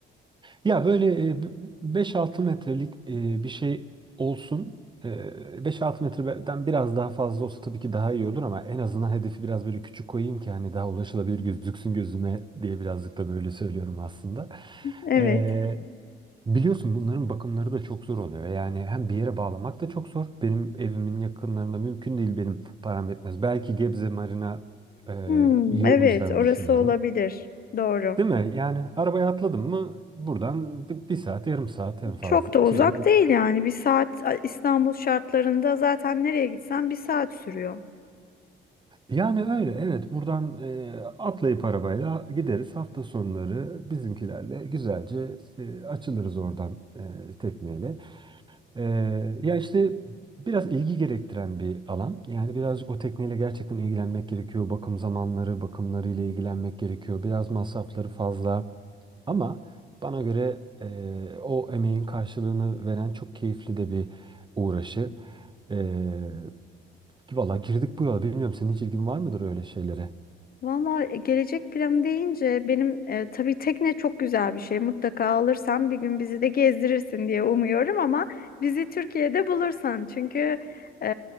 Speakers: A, on the right (about 25°); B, on the left (about 50°).
A: Ya böyle e, b- 5 metrelik e, bir şey olsun. E, 5-6 metreden biraz daha fazla olsa tabii ki daha iyi olur ama en azından hedefi biraz böyle küçük koyayım ki hani daha ulaşılabilir gözüksün gözüme diye birazcık da böyle söylüyorum aslında.
B: Evet.
A: E, biliyorsun bunların bakımları da çok zor oluyor. Yani hem bir yere bağlamak da çok zor. Benim evimin yakınlarında mümkün değil benim param yetmez. Belki Gebze Marina e,
B: Hmm,
A: iyi
B: evet,
A: o yüzden
B: orası
A: düşünüyorum.
B: olabilir. Doğru.
A: Değil mi? Yani arabaya atladım mı buradan bir, bir saat yarım saat en fazla
B: Çok da uzak
A: şey yarım-
B: değil yani. Bir saat İstanbul şartlarında zaten nereye gitsen bir saat sürüyor.
A: Yani öyle evet buradan e, atlayıp arabayla gideriz hafta sonları bizimkilerle güzelce e, açılırız oradan e, tekneyle. Ee, ya işte biraz ilgi gerektiren bir alan. Yani birazcık o tekneyle gerçekten ilgilenmek gerekiyor. Bakım zamanları, bakımları ile ilgilenmek gerekiyor. Biraz masrafları fazla. Ama bana göre e, o emeğin karşılığını veren çok keyifli de bir uğraşı. Ee, valla girdik bu yola. Bilmiyorum senin hiç ilgin var mıdır öyle şeylere?
B: Valla gelecek planı deyince benim e, tabii tekne çok güzel bir şey. Mutlaka alırsan bir gün bizi de gezdirirsin diye umuyorum ama bizi Türkiye'de bulursan. Çünkü e,